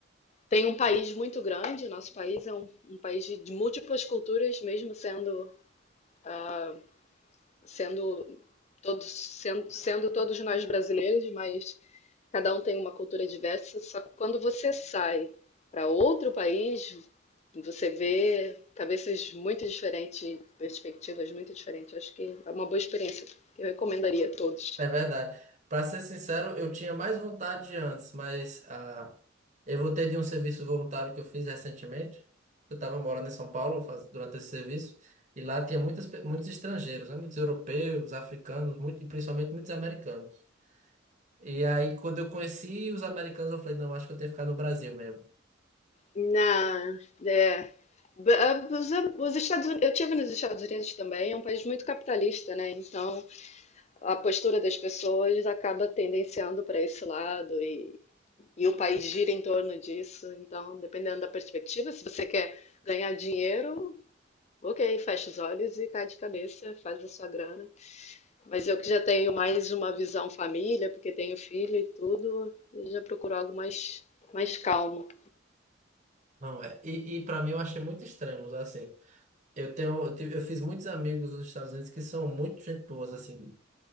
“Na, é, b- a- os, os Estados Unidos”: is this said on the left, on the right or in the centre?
Left